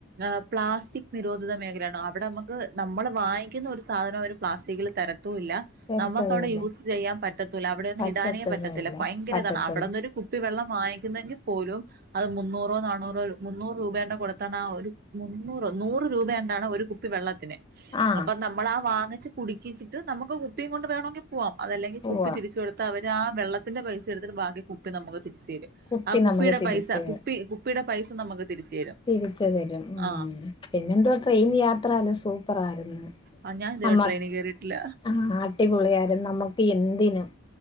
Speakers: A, on the right; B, on the left.
A: ആഹ് പ്ലാസ്റ്റിക് നിരോധിത മേഖലയാണ് അവിടെ നമുക്ക് നമ്മള് വാങ്ങിക്കുന്ന ഒരു സാധനം അവര് പ്ലാസ്റ്റിക്കിൽ തരു ത്തൂല്ല
B: തരത്തതുമില്ല
A: നമുക്ക് അവിടെ യൂസ് ചെയ്യാൻ പറ്റത്തുല്ല, അവിടെയെന്നും
B: പറ്റത്തതുമില്ല
A: ഇടാനേ പറ്റത്തില്ല ഭയങ്കര
B: പറ്റത്തതും
A: ഇതാണ് അവിടുന്നൊരു കു കുപ്പിവെള്ളം വാങ്ങിക്കുന്നെങ്കിൽ പോലും അത് മൂന്നുറോ നന്നൂറോ മൂ മുന്നൂർ രൂപയേണ്ട് കൊടുത്തേണ്ട് ഒരു മുന്നൂറ് നൂറ് രൂപയേണ്ടാണ് ഒരു കുപ്പി വെള്ളത്തിന്.
B: ആഹ്
A: അപ്പൊ നമ്മൾ ആഹ് വാങ്ങിച്ച് കുടിക്കിച്ചിട്ട് നമുക്ക് കുപ്പിയും കൊണ്ട് വേണമെങ്കിൽ. പോവാം, അത് അല്ലെങ്കിൽ
B: ഉവ്വ
A: കുപ്പി തിരിച്ച് കൊടുത്താൽ അവര് ആഹ് വെള്ളത്തിന്റെ പൈസ എടുത്തിട്ട് ബാക്കി കുപ്പി നമുക്ക് തിരിച്ചു തരും.
B: കുപ്പി
A: ആഹ് കുപ്പിടെ
B: നമുക്ക് തിരിച്ച്
A: പൈസ കുപ്പി കുപ്പിടെ പൈസ നമുക്ക് തിരിച്ച് തരും.
B: തിരിച്ചു തരും, ഉം
A: ആ
B: പിന്നെന്തുവാ ട്രെയിൻ യാത്ര നല്ല സൂപ്പറായിരുന്നു.
A: ആഹ് ഞാൻ ഇതുവരെ
B: നമ്മക്ക്
A: ട്രെയിനിൽ കേറിയിട്ടില്ല.
B: ആഹ് അടിപൊളിയായിരുന്നു നമുക്ക് എന്തിനും